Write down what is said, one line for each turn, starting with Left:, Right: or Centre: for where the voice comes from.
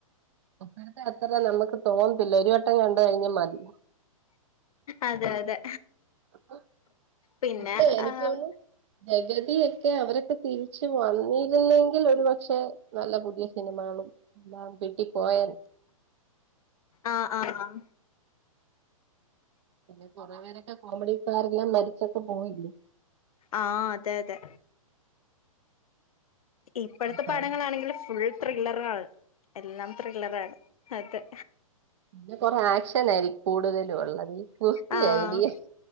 Right: ഇപ്പോഴത്തെ അത്ര നമുക്ക് തോന്നത്തില്ല ഒരു വട്ടം കണ്ട് കഴിഞ്ഞാ മതി
Left: അതെ അതെ
Right: അപ്പ
Left: പിന്നെ
Right: ഇപ്പൊ എനിക്ക്
Left: ആഹ്
Right: തോന്നുന്നു ജഗതിയൊക്കെ അവരൊക്കെ തിരിച്ച് വന്നിരുന്നെ ങ്കിൽ ഒരുപക്ഷെ നല്ല പുതിയ സിനിമകളും എല്ലാം കിട്ടി പോയേനെ
Left: ആഹ് ആഹ് ആഹ്
Right: പിന്നെ കുറെ പേരൊക്കെ കോമഡിക്കാരെല്ലാം മരിച്ചൊക്കെ പോയില്ലേ
Left: ആഹ് അതെ അതെ ഇപ്പഴത്തെ
Right: ആഹ്
Left: പടങ്ങളാണെങ്കിൽ ഫുൾ ത്രില്ലറാണ് എല്ലാം ത്രില്ലറാണ് അതെ
Right: പിന്നെ കൊറെ ആക്ഷൻ ആയിരിക്കും കൂടുതലും ഉള്ളത് കുസ്തി
Left: ആഹ്
Right: ഐഡിയ